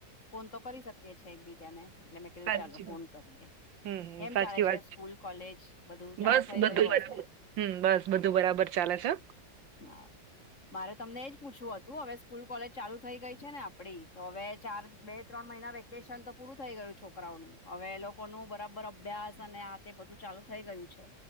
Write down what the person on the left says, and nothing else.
ફોન તો કરી શકીએ છે એકબીજાને એટલે મેં કીધું
ચાલો ફોન
કરીએ.
કેમ
ચાલે છે
સ્કૂલ, કોલેજ બધું ચાલુ
થઈ ગયું
હશે.
હા. મારે તમને એજ પૂછવું હતું હવે સ્કૂલ, કોલેજ ચાલુ થઈ ગઈ છે ને આપણી તો હવે ચાર, બે-ત્રણ મહિના વેકેશન તો પૂરું થઈ ગયું છોકરાઓનું હવે એ લોકોનું બરાબર અભ્યાસ અને આ તે બધું ચાલુ થઈ ગયું છે